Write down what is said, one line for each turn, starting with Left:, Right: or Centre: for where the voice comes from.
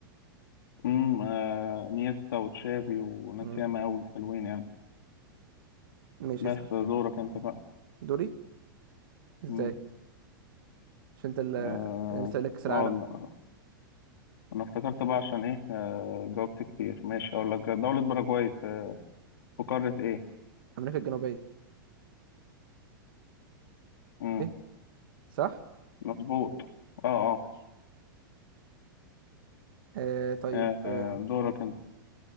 Left: امم آه نيستا وتشافي وناس
Right: مم.
Left: ياما اوي حلوين يعني
Right: ماشي
Left: بس
Right: اسأل
Left: دورك انت بقى
Right: دوري إزاي؟
Left: امم
Right: مش أنت اللي
Left: اه
Right: أنا لسه قايل لك كأس العالم
Left: آه، لا انا افتكرت بقى عشان ايه آه جاوبت كتير ماشي اقول لك دولة باراجواي في في قارة ايه
Right: أمريكا الجنوبية
Left: امم
Right: إيه صح؟
Left: مظبوط اه اه
Right: ماشي آه طيب
Left: آه،
Right: آه
Left: آه، دورك انت